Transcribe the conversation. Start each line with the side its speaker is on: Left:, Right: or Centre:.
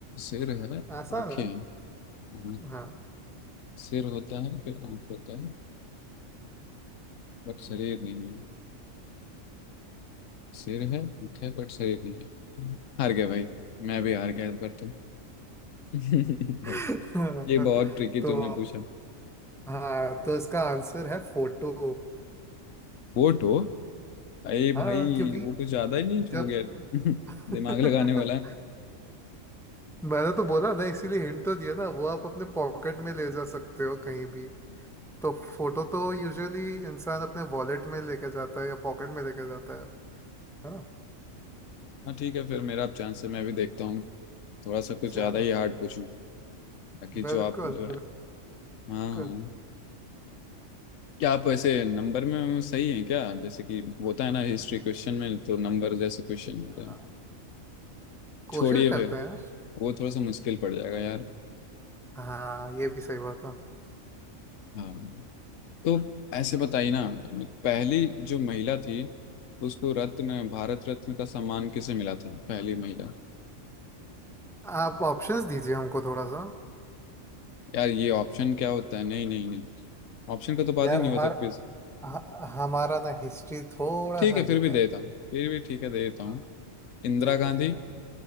Left: सिर है
Centre: आसान
Left: आंखें
Centre: है
Left: हैं। हाँ,
Centre: हाँ
Left: सिर होता है फिर आंख होता है बट शरीर नहीं सिर है भूख है बट शरीर नहीं है हार गया भाई मैं भी हार गया इस बार तो <laughs>
Centre: <laughs>
Left: ये बहुत ट्रिकी
Centre: तो
Left: तुमने पूछा
Centre: हाँ तो इसका आंसर है फोटो
Left: वोट हो अरे भाई
Centre: हाँ क्योंकि
Left: वो कुछ ज्यादा ही नहीं
Centre: जब
Left: हो गया <laughs>
Centre: <laughs>
Left: दिमाग लगाने वाला है
Centre: मैंने तो बोला ना इसीलिए हिंट तो दिया ना वो आप अपने पॉकेट में ले जा सकते हो कहीं भी तो फोटो तो यूजुअली इंसान अपने वॉलेट में लेके जाता है या पॉकेट में लेके जाता है है ना
Left: हाँ ठीक है फिर मेरा अब चांस है मैं भी देखता हूँ थोड़ा सा कुछ
Centre: चलो
Left: ज्यादा ही हार्ड पूछूं ताकि जो
Centre: बिल्कुल
Left: आप जो है हाँ
Centre: बिल्कुल
Left: हाँ क्या आप ऐसे नंबर में सही हैं क्या जैसे कि होता है ना हिस्ट्री क्वेश्चन में तो नंबर जैसे क्वेश्चन होता
Centre: हाँ,
Left: है
Centre: कोशिश
Left: छोड़िए
Centre: करते
Left: फिर
Centre: हैं यार
Left: वो थोड़ा सा मुश्किल पड़ जाएगा यार
Centre: हाँ ये भी सही बात है
Left: हाँ तो ऐसे बताइए ना पहली जो महिला थी उसको रत्न भारत रत्न का सम्मान किसे मिला था पहली महिला
Centre: आप ऑप्शंस दीजिए हमको थोड़ा सा
Left: यार ये ऑप्शन क्या होता है नहीं नहीं नहीं ऑप्शन का तो बात
Centre: यार
Left: ही नहीं
Centre: हमार
Left: होता क्विज
Centre: ह- हमारा ना हिस्ट्री थोड़ा
Left: ठीक
Centre: सा
Left: है फिर
Centre: वीक
Left: भी देता
Centre: है
Left: हूँ फिर भी ठीक है दे देता हूँ
Centre: हाँ
Left: Indira
Centre: ठीक
Left: Gandhi
Centre: है ठीक है